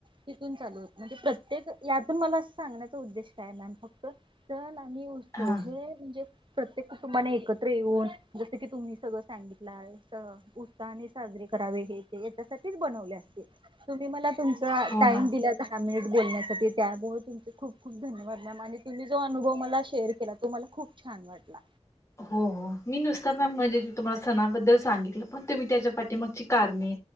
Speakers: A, on the right; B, on the left.
A: तिथून चालू होत. म्हणजे प्रत्येक त्यात मला सांगण्याचा उद्देश काय मॅम फक्त सण आणि उत्सव
B: हा
A: हे म्हणजे प्रत्येक कुटुंबाने एकत्र येऊन जसं की तुम्ही सगळं सांगितलं उत्साहाने साजरे करावे हे याच्यासाठी बनवले असतील तुम्ही मला तुमचं
B: हो
A: दहा
B: मॅम
A: मिनिटं बोलायला दिल्याबद्दल धन्यवाद त्यामुळे तुम खूप खूप धन्यवाद मॅम आणि तुम्ही जो अनुभव मला शेअर केला तो मला खूप छान वाटला
B: हो हो मी नुसता मॅम म्हणजे तुम्हाला सणाबद्दल सांगितलं पण तुम्ही त्याच्या पाठी मगची कारणे.